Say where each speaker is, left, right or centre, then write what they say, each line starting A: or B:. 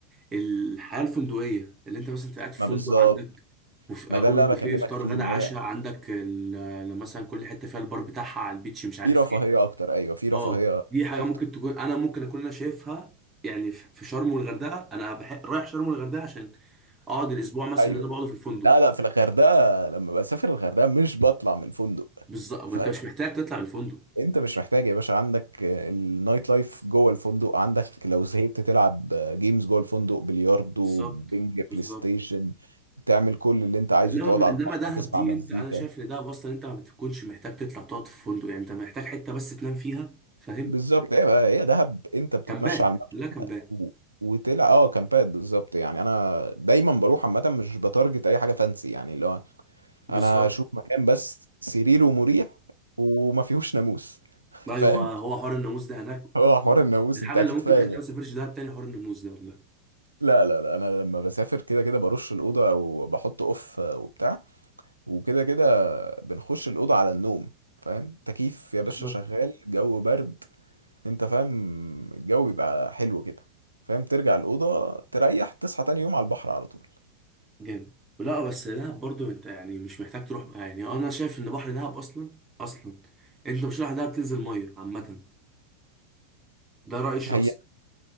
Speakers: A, on the right; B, on the right.
A: الحياة الفندقية اللي انت مثلا قاعد في
B: ما
A: فندق
B: بالظبط
A: عندك بوف...
B: ما
A: آه،
B: ده
A: اوبن
B: اللي أنا
A: بوفيه
B: بكلمك
A: افطار
B: فيه
A: غدا
B: إن
A: عشاء
B: هي
A: عندك ال... آه، مثلا كل حتة فيها البار بتاعها على البيتش مش عارف
B: في رفاهية
A: فين
B: أكتر أيوه في رفاهية
A: اه دي حاجة
B: أكتر
A: ممكن تكون انا ممكن اكون انا شايفها يعني في في شرم والغردقة انا بح... رايح شرم والغردقة عشان اقعد الاسبوع مثلا
B: أيوه
A: اللي انا بقعده في الفندق
B: لا لا في الغردقة لما بسافر الغردقة مش بطلع من الفندق
A: بالظبط وانت
B: فاهم
A: مش محتاج تطلع من الفندق
B: أنت مش محتاج يا باشا عندك النايت لايف جوه الفندق عندك لو زهقت تلعب جيمز جوه الفندق بلياردو
A: بالظبط
B: بينج
A: بالظبط
B: بلاي ستيشن تعمل كل اللي أنت عايزه
A: انما
B: تقعد على
A: انما
B: البحر
A: دهب
B: تسمع
A: دي
B: مزيكا
A: انت انا شايف ان دهب اصلا انت ما بتكونش محتاج تطلع تقعد في فندق يعني انت محتاج حته بس تنام فيها فاهم
B: بالظبط هي بقى هي دهب انت بتتمشى
A: كامبات
B: على الممشى
A: كلها كامبات
B: و- وتلع اه كامبات بالظبط يعني انا دايما بروح عامه مش بتارجت اي حاجه فانسي يعني اللي هو
A: بالظبط
B: انا اشوف مكان بس سريره مريح وما فيهوش ناموس <laughs>
A: ايوه
B: فاهم
A: هو حوار الناموس ده هناك
B: هو حوار الناموس
A: الحاجه
B: انت اكيد
A: اللي ممكن
B: فاهم
A: تخليني
B: يعني
A: ما اسافرش دهب تاني حوار الناموس ده والله
B: لا لا لا انا لما بسافر كده كده برش الاوضه او بحط اوف وبتاع وكده كده بنخش الاوضه على النوم فاهم تكييف يا
A: بالظبط
B: باشا شغال جو برد انت فاهم الجو يبقى حلو كده فاهم ترجع الأوضة تريح تصحى تاني يوم على البحر على طول
A: جامد لا بس دهب برضو انت يعني مش محتاج تروح بقى يعني انا شايف ان بحر دهب اصلا اصلا انت مش رايح دهب تنزل ميه عامه ده رايي الشخصي
B: هي